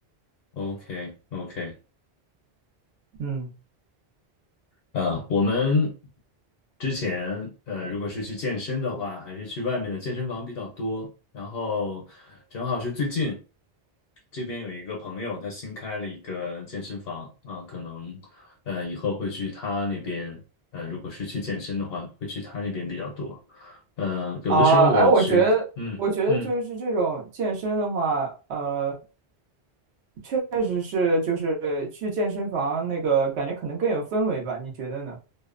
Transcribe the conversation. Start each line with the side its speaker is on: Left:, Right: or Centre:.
Left: OK OK，
Right: 嗯。
Left: 啊，我们之前呃，如果是去健身的话，还是去外面的健身房比较多。然后正好是最近这边有一个朋友，他新开了一个健身房啊，可能呃以后会去他那边。呃，如果是去健身的话，会去他那边比较多。呃，有的时候我觉得，
Right: 啊，哎，我觉得，
Left: 嗯嗯
Right: 我觉得就是这种健身的话，呃，确实是，就是去健身房那个感觉可能更有氛围吧，你觉得呢？